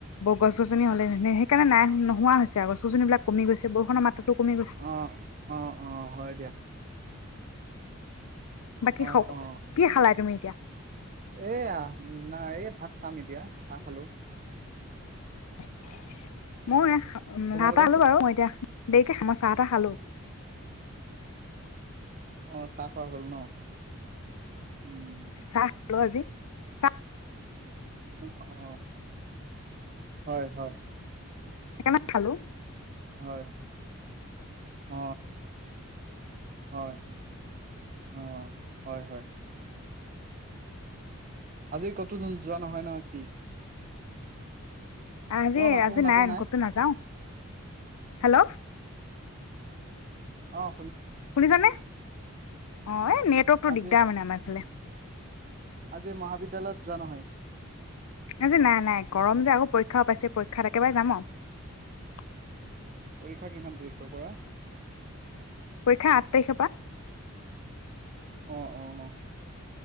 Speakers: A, on the left (about 80°); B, on the right (about 35°).
A: গছ গছনি হ'লে সেইকাৰণে নাই নোহোৱা হৈছে গছ গছনি বিলাক কমি গৈছে, বৰষুণৰ মাত্ৰাতটো কমি গৈছে।
B: অ', অ', অ', <unintelligible>
A: বাকী
B: অ,
A: খ
B: অ,
A: কি খালাই তুমি এতিয়া
B: এয়া নাই এই ভাত খাম এতিয়া, চাহ খালো।
A: <inaudible> মই এ খা উম,
B: তোমালোকে?
A: নাপালো বাৰু মই এতিয়া দেৰিকে খাম মই চাহ তাহ খালো।
B: অ, চাহ খোৱা হ'ল ন, উম।
A: চাহ <unintelligible> আজি, চাহ
B: অ, অ, হয় হয়।
A: হে কাণে খালো।
B: হয়। অ, হয়। অ, হয় হয়। আজি ক'তো যোৱা নহয় ন কি।
A: আজি-আজি
B: তোমাৰ মাতো শুনা
A: নাই
B: পোৱা
A: ক'তো নাযাওঁ, হেল্ল'।
B: অঁ
A: শুনিছানে, অঁ এই নেটৱৰ্কতটো
B: আজি
A: দিগদাৰ মানে আমাৰ এইফালে।
B: এই মহাবিদ্যালয়ত যোৱা নহয়।
A: আজি নাই-নাই গৰম যে আকৌ পৰীক্ষাও পাইছে, পৰীক্ষাত একেবাৰে যাম আৰু।
B: পৰীক্ষা কিমান তাৰিখৰ পৰা।
A: পৰীক্ষা আঠ তাৰিখৰ পৰা।
B: অঁ, অ-অ,